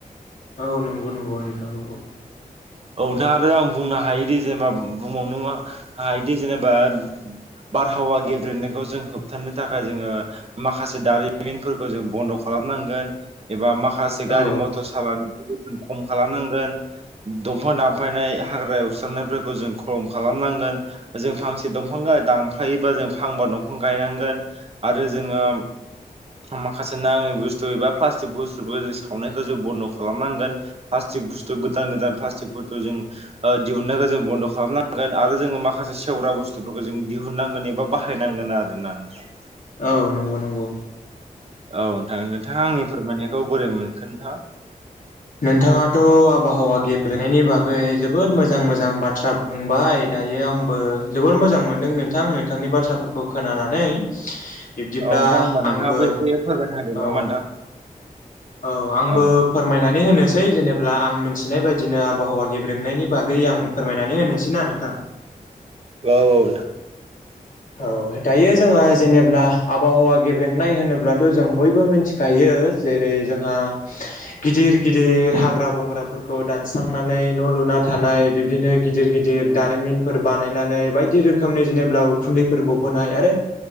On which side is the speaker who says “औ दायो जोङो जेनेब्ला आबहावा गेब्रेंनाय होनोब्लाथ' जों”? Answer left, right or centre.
Left